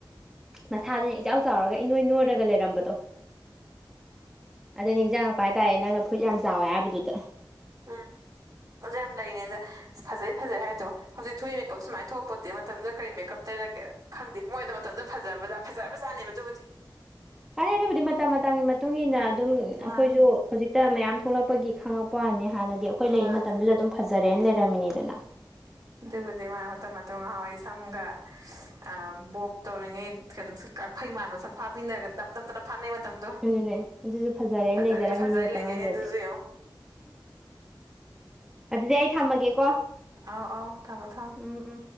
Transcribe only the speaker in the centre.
ꯃꯁꯥꯗꯨꯅ ꯏꯆꯥꯎ ꯆꯥꯎꯔꯒ ꯏꯅꯣꯏ ꯅꯣꯏꯔꯒ ꯂꯩ ꯂꯩꯔꯝꯕꯗꯣ ꯑꯗ ꯅꯤꯡꯖꯥꯡꯉꯛꯄ ꯍꯥꯏꯇꯥꯔꯦ ꯅꯪꯅ ꯐꯨꯠ ꯌꯥꯝ ꯆꯥꯎꯋꯦ ꯍꯥꯏꯕꯗꯨꯗ
ꯐꯔꯦ ꯑꯗꯨꯕꯨꯗꯤ ꯃꯇꯝ ꯃꯇꯝꯒꯤ ꯃꯇꯨꯡ ꯏ ꯃꯇꯨꯡꯏꯟꯅ ꯑꯗꯨꯝ ꯑꯩꯈꯣꯏꯁꯨ
ꯍꯧꯖꯤꯛꯇ ꯃꯌꯥꯝ ꯊꯣꯛꯂꯛꯄꯒꯤ ꯈꯉꯛꯄ ꯋꯥꯅꯤ ꯍꯥꯟꯅꯗꯤ ꯑꯩꯈꯣꯏ ꯂꯩꯔꯤ
ꯃꯇꯝꯗꯨꯗ ꯑꯗꯨꯝ ꯐꯖꯔꯦꯅ ꯂꯩꯔꯝꯃꯤꯅꯤꯗꯅ
ꯑꯗꯨꯅꯦ ꯑꯗꯨꯁꯨ ꯐꯖꯔꯦꯅ
ꯂꯩꯖꯔꯛꯑꯃꯤꯅꯤ
ꯃꯇꯝ
ꯑꯃꯗꯗꯤ
ꯑꯗꯨꯗꯤ ꯑꯩ ꯊꯝꯃꯒꯦꯀꯣ
ꯎꯝ ꯎꯝ